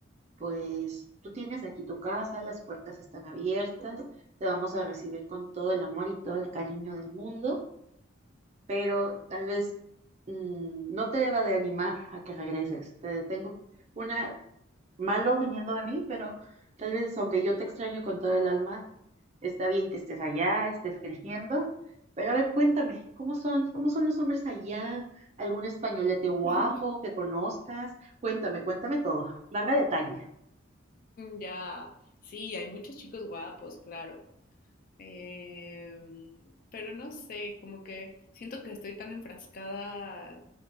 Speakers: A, on the right; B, on the left.
A: pues tú tienes aquí tu casa, las puertas están abiertas, te vamos a recibir con todo el amor y todo el cariño del mundo, pero tal vez mm, no te deba de animar a que regreses. Te tengo una malo viniendo de mí, pero tal vez aunque yo te extraño con todo el alma, está bien que estés allá, estés creciendo. Pero a ver, cuéntame, ¿cómo son, cómo son los hombres allá? ¿Algún españolete guapo
B: <laughs>
A: que conozcas? Cuéntame, cuéntame todo. Dame detalle.
B: Ya, sí, hay muchos chicos guapos, claro. Em, pero no sé, como que siento que estoy tan enfrascada